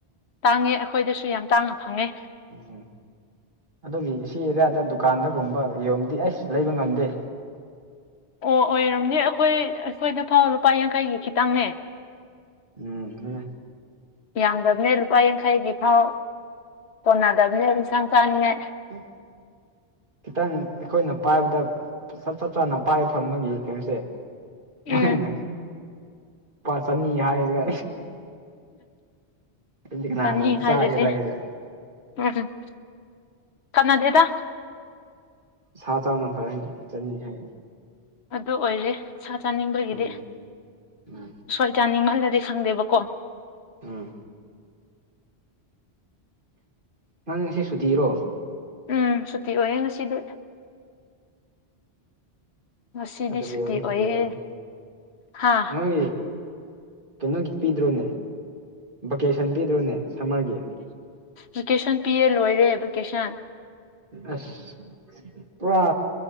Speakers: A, on the left (about 75°); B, on the right (about 50°).
A: ꯇꯥꯡꯉꯦ ꯑꯩꯈꯣꯏꯗꯁꯨ ꯌꯥꯝ ꯇꯥꯡꯅ ꯐꯪꯉꯦ
B: ꯎꯝ ꯑꯗꯨꯒꯤ ꯁꯤ ꯑꯦꯔꯤꯌꯥꯗ ꯗꯨꯀꯥꯟꯗꯒꯨꯝꯕ ꯌꯣꯟꯕꯗꯤ ꯑꯩꯁ ꯂꯩꯕ ꯉꯝꯗꯦ
A: ꯑꯣ ꯑꯣꯏꯔꯝꯅꯤ ꯑꯩꯈꯣꯏ ꯑꯩꯈꯣꯏꯗ ꯐꯥꯎ ꯂꯨꯄꯥ ꯌꯥꯡꯈꯩꯒꯤ ꯈꯤꯇꯪꯅꯦ
B: ꯎꯝ ꯗꯨꯅꯦ
A: ꯌꯥꯝꯗꯕꯅꯦ ꯂꯨꯄꯥ ꯌꯥꯡꯈꯩꯒꯤ ꯐꯥꯎ ꯀꯣꯟꯅꯗꯕꯅꯦ ꯏꯟꯁꯥꯡ ꯆꯥꯅꯤꯉꯥꯏ
B: ꯎꯝ ꯈꯤꯇꯪ ꯑꯩꯈꯣꯏꯅ ꯄꯥꯏꯕꯗ ꯆꯞ ꯆꯞ ꯆꯥꯅ ꯄꯥꯏꯕ ꯐꯪꯕꯒꯤ ꯀꯩꯅꯣꯁꯦ
A: ꯎꯝ
B: ꯑꯩꯅ ꯄꯥ ꯆꯅꯤ ꯍꯥꯏꯔꯒ ꯑꯗꯨꯗꯤ ꯀꯅꯥꯅ
A: ꯆꯥꯅꯤ
B: ꯆꯥꯒꯦꯔꯌꯦꯒ
A: ꯍꯥꯏꯔꯗꯤ ꯎꯝ ꯀꯅꯥꯗꯦꯗ
B: ꯁꯥ ꯆꯥꯕꯅ ꯐꯔꯅꯤ ꯆꯥꯅꯤ ꯍꯥꯏ
A: ꯑꯗꯨ ꯑꯣꯏꯔꯦ ꯁꯥ ꯆꯥꯅꯤꯡꯕꯒꯤꯗꯤ
B: ꯎꯝ ꯎꯝ
A: ꯁ꯭ꯋꯥꯏ ꯆꯥꯅꯤꯡꯃꯜꯂꯗꯤ ꯈꯪꯗꯦꯕꯀꯣ
B: ꯎꯝ ꯅꯪ ꯉꯁꯤ ꯁꯨꯇꯤꯔꯣ
A: ꯎꯝ ꯁꯨꯇꯤ ꯑꯣꯏꯌꯦ ꯉꯁꯤꯗꯤ ꯉꯁꯤꯗꯤ
B: ꯍꯠꯇꯗꯤ
A: ꯁꯨꯇꯤ
B: ꯑꯣꯏꯔꯣ
A: ꯑꯣꯏꯌꯦ
B: ꯁꯤꯗ ꯌꯥꯅꯤ
A: ꯍꯥ
B: ꯅꯣꯏꯒꯤ ꯀꯩꯅꯣꯒꯤ ꯄꯤꯗ꯭ꯔꯣꯅꯦ ꯚꯀꯦꯁꯟ ꯄꯤꯗ꯭ꯔꯣꯅꯦ ꯁꯝꯃꯔꯒꯤ
A: ꯚꯀꯦꯁꯟ ꯄꯤꯌꯦ ꯂꯣꯏꯔꯦ ꯚꯦꯀꯦꯁꯟ
B: ꯑꯁ ꯄꯨꯔꯥ